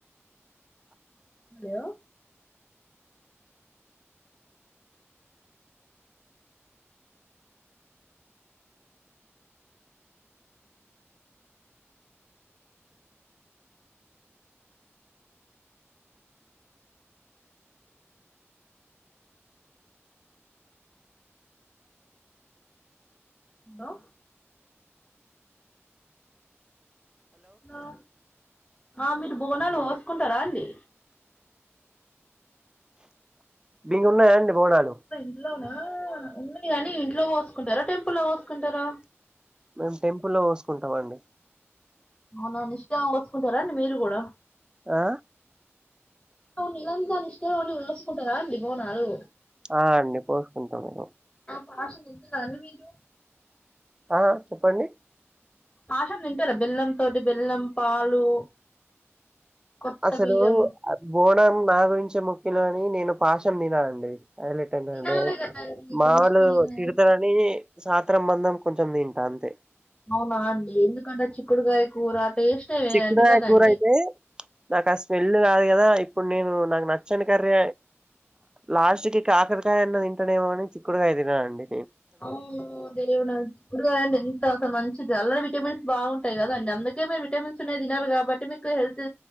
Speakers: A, on the left (about 25°); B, on the right (about 15°).
A: హలో హలో హలో ఆ మీరు బోనాలు పోసుకుంటారా అండి.
B: మీకు ఉన్నాయా అండి. బోనాలు
A: ఇంట్లోన ఉన్నాయి గాని ఇంట్లో కోసుకుంటారా టెంపుల్ కోసుకుంటారా.
B: మేము టెంపుల్లో కోసుకుంటాం అండి.
A: అవునా నిష్టంగా పోసుకుంటారాండి మీరు కూడా
B: ఆ
A: నిరందని <unintelligible> ఇంట్లో ఉండి పోసుకుంటారా అండి బోనాలు.
B: ఆ అండి పోసుకుంటాం మేము
A: పాశం తింటారా అండి మీరు.
B: ఆ చెప్పండి.
A: పాశం తింటారా బెల్లం తోటి బెల్లం పాలు. కొత్త
B: అసలు
A: బియ్యం
B: బోనం నా గురిం చే మొక్కిలు గాని నేను పాశం తిన అండి. హైలెటెన్టంటే
A: తినాలి
B: అండి
A: కదండి
B: మా
A: కొంచెమైనా
B: వాళ్ళు తిడతారని, సాంత్రం బంధం కొంచెం తింటా అంతే.
A: అవునా అండి ఎందుకంటే చిక్కుడుగాయ కూర టేస్టే వేరండి
B: చిక్కుడుగాయ
A: కదండి
B: కూర అయితే నాకు ఆ స్మెల్ కాదు కదా. ఇప్పుడు నేను నాకు నచ్చని కర్రీ లాస్ట్ కి ఇక కాకరకాయ అన్న తింటాడేమో అని చిక్కుడుగాయ తినను అండి.
A: అమ్మో దేవుడా చిక్కుడుకాయ అంటే ఎంత అసలు మంచ్ ల్ విటమిన్స్ బాగుంటాయి. కదాండి అందుకే మీరు విటమిన్స్ ఉన్నా తినాలి కాబట్టి మీకు హెల్త్